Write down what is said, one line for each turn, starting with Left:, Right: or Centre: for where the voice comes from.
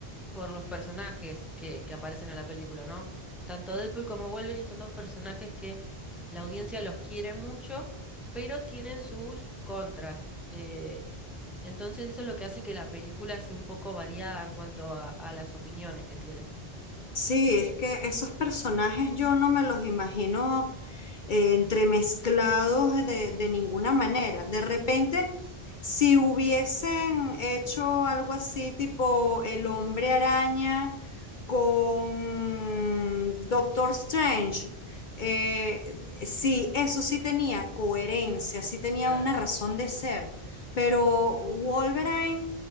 Centre: por los personajes que, que aparecen en la película, ¿no? Tanto Deadpool como Wolverine son dos personajes que la audiencia los quiere mucho, pero tienen sus contras. Eh, entonces eso es lo que hace que la película sea un poco variada en cuanto a, a las opiniones que tienen.
Left: Sí, es que esos personajes yo no me los imagino eh, entremezclados de, de ninguna manera. De repente, si hubiesen hecho algo así, tipo el hombre araña con Doctor Strange, eh, sí, eso sí tenía coherencia, sí tenía
Centre: Claro.
Left: una razón de ser. Pero Wolverine...